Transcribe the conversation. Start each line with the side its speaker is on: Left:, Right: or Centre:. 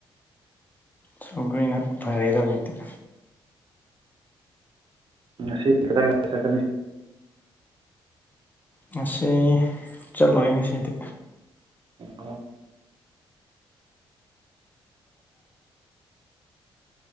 Left: ꯁꯧꯒ꯭ꯔꯤꯅ ꯐꯔꯦꯗ ꯍꯧꯖꯤꯛꯇꯤ
Right: ꯉꯁꯤ ꯀꯗꯥꯏꯗ ꯆꯠꯀꯅꯤ
Left: ꯉꯁꯤ ꯆꯠꯂꯣꯏ ꯉꯁꯤꯗꯤ
Right: ꯑꯣ